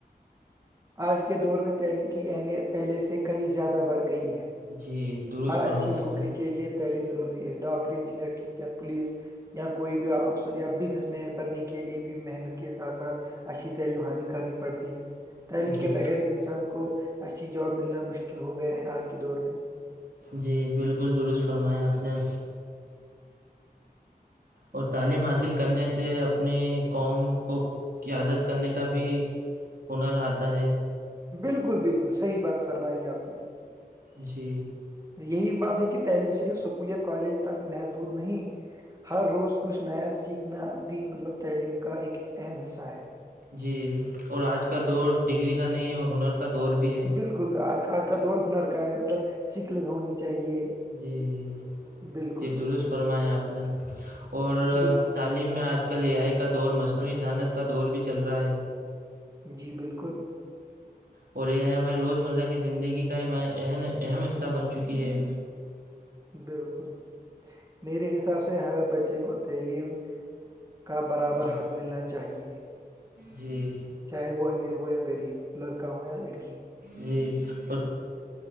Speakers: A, on the right; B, on the right.
A: آج کے دور میں تعلیم کی اہمیت پہلے سے کہیں زیادہ بڑھ گئی ہے
B: جی درست
A: ہر
B: فرمائیں
A: اچھی
B: آپ
A: نوکری
B: نے
A: کے لیے تعلیم ضروری ہے ڈاکٹر انجینئر ٹیچر پولیس یا کوئی بھی افسر یا بزنس مین بننے کے لیے بھی محنت کے ساتھ ساتھ اچھی تعلیم حاصل کرنی پڑتی ہے تعلیم
B: جی
A: کے بغیر انسان کو اچھی جاب ملنا مشکل ہو گیا ہے آج کے دور میں
B: جی بالکل درست فرمائے آپ نے اور تعلیم حاصل کرنے سے اپنی قوم کو قیاادت کرنے کا بھی ہنر آتا ہے
A: بالکل بالکل صحیح بات فرمائی آپ نے
B: جی
A: یہی بات ہے کہ تعلیم صرف اسکول یا کالج تک محدود نہیں ہر روز کچھ نیا سیکھنا بھی مطلب تعلیم کا ایک اہم حصہ ہے
B: جی اور آج کا دور ڈگری کا نہیں اور ہنر کا دور بھی ہے
A: بالکل آج آج کا دور ہنر کا ہے مطلب سکلز ہونی چاہیے
B: جی جی
A: بالکل
B: جی درست
A: بالکل
B: فرمائے آپ نے اور
A: بالکل
B: تعلیم میں آج کل آج کل ایائی کا دور مصنوعی ذہانت کا دور بھی چل رہا ہے
A: جی بالکل
B: اور یہ ہے ہماریے روزمرہ کی زندگی کا اہ اہم حصہ بن چکی ہے
A: بالکل میرے حساب سے ہر بچے کو تعلیم کا برابر
B: جی
A: حق ملنا چاہیے
B: جی <inaudible>
A: چاہے وہ امیر ہو یا غریب لڑکا ہو یا لڑکی
B: جی پر <inaudible>